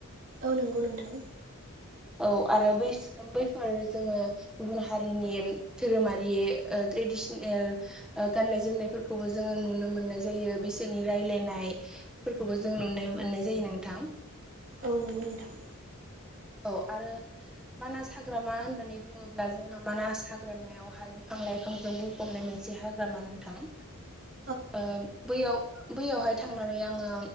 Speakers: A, on the right (about 65°); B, in the centre.
A: औ नंगौ नोंथां।
B: औ आरो बै बैफोर जोङो गुबुन हारिनि धोरोमारि ओ ट्रेडिसिनेल ओ गाननाय जोमनायफोरखौबो जोङो नुनो मोननाय जायो बिसोरनि रायलायनाय फोरखौबो जों नुनाय मोननाय जायो नोंथां।
A: औ नंगौ नोंथां।
B: औ आरो मानास हाग्रामा होननानै बुङोब्ला जोंहा मानास हाग्रामायावहाय बिफां लाइफां जों बुं फबनाय मोनसे हाग्रामा नोंथां।
A: <unintelligible>
B: ओ बैयाव बैयावहाय थांनानै आङो।